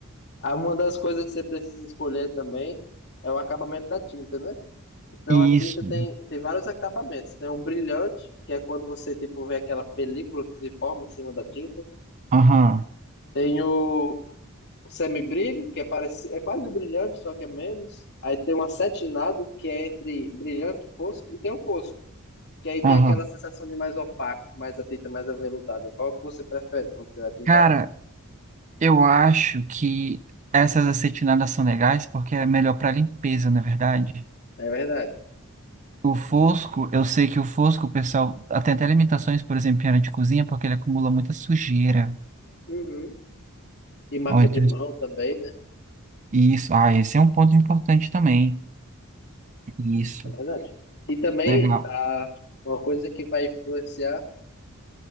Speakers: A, on the left; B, on the right.
A: Ah, Uma das coisas que você precisa escolher também é o acabamento da tinta, né? Então
B: Isso.
A: a tinta tem, tem vários acabamentos. Tem o brilhante, que é quando você tipo, vê aquela película que se forma em cima da tinta.
B: Aham,
A: Tem o semibrilho, que é, parecido, é quase o brilhante, só que é menos. Aí tem o acetinado, que é entre brilhante e fosco. E tem o fosco Que aí
B: aham.
A: tem aquela sensação de mais opaco, mais a tinta mais aveludada. Qual que você prefere quando você vai pintar?
B: Cara, eu acho que essas acetinadas são legais porque é melhor para limpeza, na verdade.
A: É verdade.
B: O fosco, eu sei que o fosco, o pessoal tem até limitações, por exemplo, em área de cozinha, porque ele acumula muita sujeira.
A: Uhum. E marca
B: Ó, então,
A: de mão também, né?
B: isso. Ah, esse é um ponto importante também. Isso.
A: É verdade. E também
B: Legal.
A: a, uma coisa que vai influenciar